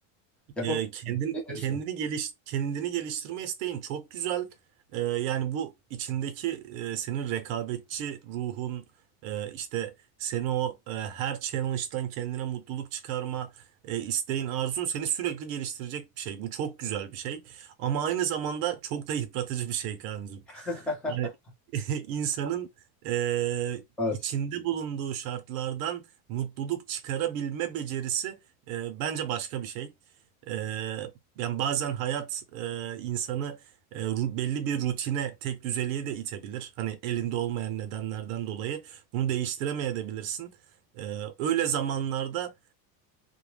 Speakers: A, in the centre; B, on the right.
A: Yapabilir
B: Ee, kendin,
A: miyim? Ne diyorsun?
B: kendini geliş, kendini geliştirme isteğin çok güzel. Ee, yani bu içindeki e, senin rekabetçi ruhun e, işte seni o e, her challenge'dan kendine mutluluk çıkarma e, isteğin arzun seni sürekli geliştirecek bir şey. Bu çok güzel bir şey. Ama aynı zamanda çok da <laughs> yıpratıcı bir şey Kaan'cığım.
A: <laughs>
B: Hani <laughs> insanın eee,
A: Evet.
B: içinde bulunduğu şartlardan mutluluk çıkarabilme becerisi eee, bence başka bir şey. Eee, yani bazen hayat eee, insanı eee, ru- belli bir rutine, tek düzeliğe de itebilir. Hani elinde olmayan nedenlerden dolayı bunu değiştiremeyebilirsin. Eee öyle zamanlarda